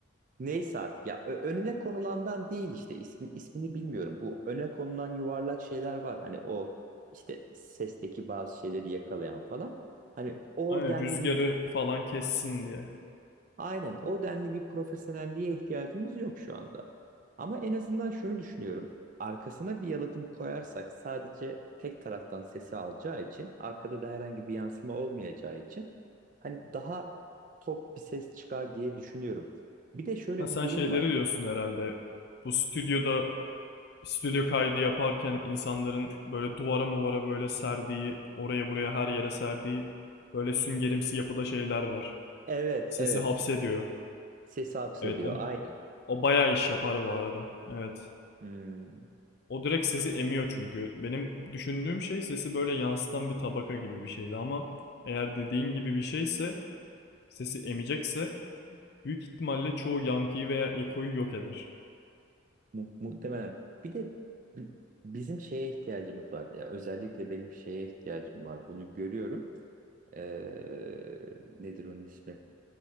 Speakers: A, on the right; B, on the left.
A: Neyse artık ya ö- önüne konulandan değil işte ismi, ismini bilmiyorum. Bu öne konulan yuvarlak şeyler var. Hani o işte sesteki bazı şeyleri yakalayan falan. Hani o
B: Aynen
A: denli
B: rüzgarı
A: bir
B: falan kessin diye.
A: aynen o denli bir profesyonelliğe ihtiyacımız yok şu anda. Ama en azından şunu düşünüyorum. Arkasına bir yalıtım koyarsak sadece tek taraftan sesi alacağı için arkada da herhangi bir yansıma olmayacağı için hani daha tok bir ses çıkar diye düşünüyorum. Bir de şöyle
B: Ha, sen
A: bir durum
B: şeyleri
A: var.
B: diyorsun herhalde. Bu stüdyoda stüdyo kaydı yaparken insanların böyle duvara muvara böyle serdiği, oraya buraya her yere serdiği böyle süngerimsi yapıda şeyler var.
A: Evet,
B: Sesi
A: evet.
B: hapsediyor.
A: Sesi hapsediyor.
B: Evet o
A: Aynen.
B: o bayağı iş yapar bu arada. Evet.
A: Hmm.
B: O direkt sesi
A: O-
B: emiyor çünkü. Benim düşündüğüm şey sesi böyle yansıtan bir tabaka gibi bir şeydi ama eğer dediğin gibi bir şeyse sesi emecekse Büyük ihtimalle çoğu yankıyı veya ekoyu yok eder.
A: mu- muhtemelen. Bir de bi- bizim şeye ihtiyacımız var. Ya özellikle benim şeye ihtiyacım var. Bunu görüyorum. Ee, nedir onun ismi?